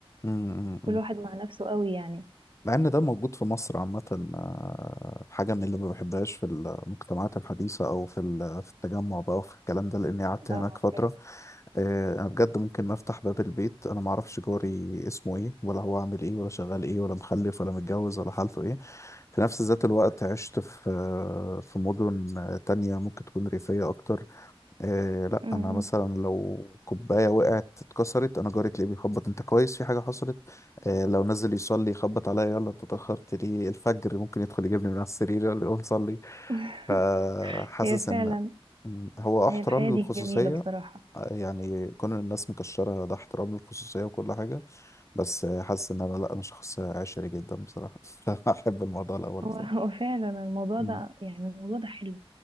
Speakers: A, on the left (about 30°); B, on the right (about 55°).
A: إمم، إمم،
B: كل
A: إمم.
B: واحد مع نفسه قوي يعني
A: مع ان ده موجود في مصر عامة آه، حاجة من اللي ما بحبهاش في المجتمعات الحديثة او في ال- في التجمع بقى وفي الكلام ده لاني قعدت هناك
B: اه
A: فترة
B: فعلا
A: آه، انا بجد ممكن ما افتح باب البيت انا ما اعرفش جاري اسمه ايه ولا هو عامل ايه ولا شغال ايه ولا مخلف ولا متجوز ولا حالته ايه في نفس ذات الوقت عشت في آه، في مدن آه، تانية ممكن تكون ريفية اكتر إيه لا
B: م-
A: انا مثلا
B: م.
A: لو كوبايه وقعت اتكسرت انا جاري تلاقيه بيخبط انت كويس في حاجه حصلت إيه لو نزل يصلي يخبط عليا يلا انت اتاخرت ليه الفجر ممكن يدخل يجيبني من على السرير يلا قوم صلي
B: <laughs>
A: فحاسس
B: هي
A: ان
B: فعلا
A: إن هو آه احترام
B: هي الحياة
A: للخصوصيه
B: دي جميلة بصراحة
A: آه، يعني كون الناس مكشره ده احترام للخصوصيه وكل حاجه بس آه، حاسس ان انا لا انا شخص عشري جدا بصراحه <laughs> فاحب الموضوع الاول
B: هو
A: بصراحه
B: هو فعلا الموضوع
A: مم.
B: ده يعني الموضوع ده حلو